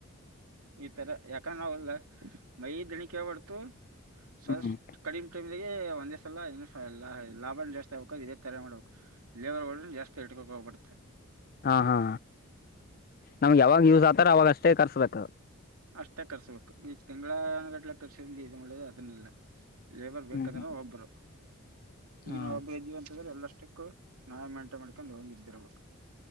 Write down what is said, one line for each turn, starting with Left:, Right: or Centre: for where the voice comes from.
Right: ಈತರ ಯಾಕಂದ್ರ ನಾವು ಮೈ ದಣಿ ಕ್ಯಾಗ ಬಾಡ್ತು. ಸಷ್ಟ
Left: ಹ್ಮ್
Right: ಕಡಿಮ ಟೈಮ <unintelligible> ಒಂದೆಸಲ ಲಾಭ ಜಾಸ್ತಿ ಆಗ್ಬೇಕ ಇದೇ ತರ ಮಾಡ್ಬೇಕು ಲೇಬರ್ ಜಾಸ್ತಿ ಇಟ್ಕೋುಬೇಕ್ರಿ. ಉಪೋಗಪಡ್ುತ್ತ <unintelligible>
Left: ಹಾ ಹಾ ನಮ್ಗೆ ಯಾವಾಗ ಯೂಸ್ ಆತಾರ ಅವಾಗ ಅಷ್ಟೇ ಕರ್ಸ್ಬೇಕ.
Right: ಅಷ್ಟೇ ಕರ್ಸ್ಬೇಕು. ಈಗ ತಿಂಗಳ ಗಟ್ಲೆಕರ್ಸ ಇದು ಮಾಡದು ಅದನ್ನೆಲ್ಲ. ಲೇಬರ್ ಬೇಕಂದ್ರೆ
Left: ಹ್ಮ್ ಹ್ಮ್
Right: ಒಬ್ಬರು, ಈಗ
Left: ಹಾ
Right: ನಾವು ಒಬ್ಬರು ಇದೀವಿಂತಂದ್ರೆ ಎಲ್ಲ ಅಷ್ಟಕ್ಕು ನಾವ್ ಮೆಂಟೇನ್ಮಾಡ್ಕೊಂಡ್ ಹೋಗಿದ್ದಿರ್ಬೇಕ್